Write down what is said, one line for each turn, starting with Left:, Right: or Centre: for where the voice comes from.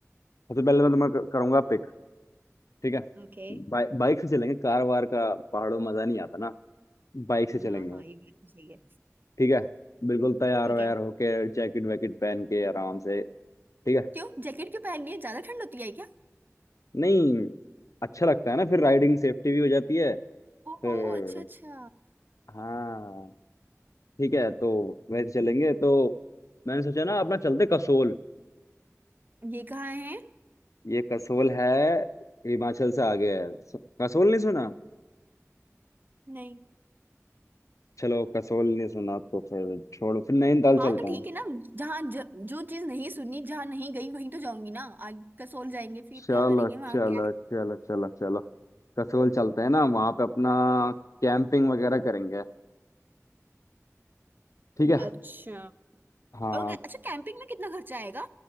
Left: सबसे पहले मैं तुम्हें क- करूंगा पिक ठीक है
Right: ओके
Left: बाइ- बाइक से चलेंगे कार वार का पहाड़ों में मजा नहीं आता ना बाइक से चलेंगे
Right: हाँ हाँ ये बात तो सही है
Left: ठीक है बिल्कुल तैयार
Right: ठीक
Left: वैयार
Right: है
Left: होके जैकेट वैकेट पहन के आराम से ठीक है
Right: क्यों जैकेट क्यों पहननी है ज्यादा ठंड होती है क्या
Left: नहीं अच्छा लगता है ना फिर राइडिंग सेफ्टी भी हो जाती है
Right: ओहो
Left: फिर
Right: अच्छा अच्छा
Left: हाँ ठीक है तो वैसे चलेंगे तो मैंने सोचा ना अपना चलते कसोल
Right: ये कहाँ है
Left: ये कसोल है हिमाचल से आगे है स- कसोल नहीं सुना
Right: नहीं
Left: चलो कसोल नहीं सुना तो फिर छोड़ो फिर नैनीताल
Right: हाँ
Left: चलते
Right: तो ठीक
Left: हैं
Right: है ना जहाँ ज, जो चीज नहीं सुनी जहाँ नहीं गई वहीं तो जाऊंगी ना आगे कसोल जाएंगे फिर
Left: चलो
Right: क्या करेंगे वहां
Left: चलो
Right: क्या
Left: चलो चलो चलो कसोल चलते हैं ना वहां पे अपना कैंपिंग वगैरह करेंगे ठीक है
Right: अच्छा
Left: हाँ
Right: और ग- अच्छा कैंपिंग में कितना खर्चा आएगा